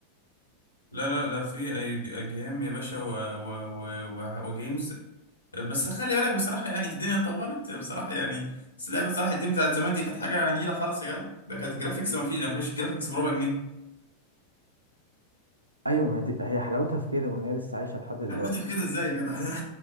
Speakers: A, on the left; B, on the right.
A: لا لا لا في اي جيم يا باشا و... و... و... و... وجيمز بس خلي بالك بصراحه يعني الدنيا اتطورت بصراحه يعني بس اللعبه صلاح الدين بتاعت زمان دي كانت حاجه نيله خالص يا جدع ده كانت جرافيكس
B: مم.
A: ما فيش ما كانش جرافيكس بربع جنيه
B: ايوه ما دي... هي حلاوتها في كده وان هي لسه عايشه لحد دلوقتي
A: عملت في كده ازاي يا جدع <laughs>